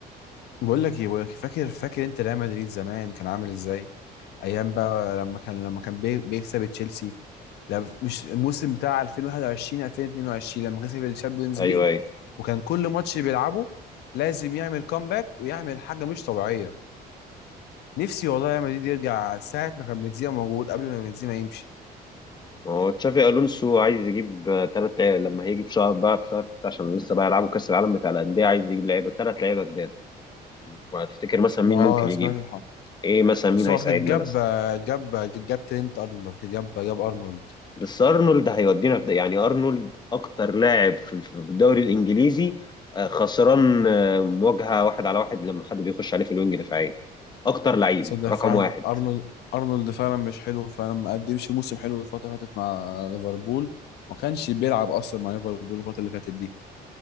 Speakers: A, on the left; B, on the left.
A: بقول لك ايه بقول لك فاكر فاكر انت ريال مدريد زمان كان عامل ازاي ايام بقى لما كان لما كان بي- بيكسب تشيلسي لا مش الموسم بتاع 2021 2022 لما كسب الشامبيونز
B: ايوه
A: ليج
B: ايوه
A: وكان كل ماتش بيلعبه لازم يعمل كومباك ويعمل حاجه مش طبيعيه نفسي والله ريال مدريد يرجع ساعه ما كان بنزيما موجود قبل ما بنزيما يمشي
B: ما هو تشافي الونسو عايز يجيب ثلاث لعيبه لما هيجي في شهر بقى في شهر ستة عشان لسه بقى يلعبوا كاس العالم بتاع الانديه عايز يجيب لعيبه ثلاث لعيبه جداد وهتفتكر مثلا مين
A: اه
B: ممكن يجيبه
A: سمعت الحوار
B: ايه مثلا مين
A: بس
B: هيساعدنا
A: هو فاكر جاب
B: مثلا
A: جاب جاب ترينت ارنولد فاكر جاب جاب ارنولد
B: بس ارنولد هيودينا في ده يعني ارنولد اكتر لاعب في في الدوري الانجليزي آه، خسران آه، مواجهه واحد على واحد لما حد بيخش عليه في الوينج دفاعيه اكتر لعيب
A: تصدق
B: رقم
A: فعلا
B: واحد
A: ارنولد ارنولد فعلا مش حلو فعلا ما قدمش موسم حلو الفتره اللي فاتت مع ليفربول ما كانش بيلعب اصلا مع ليفربول الفتره اللي فاتت دي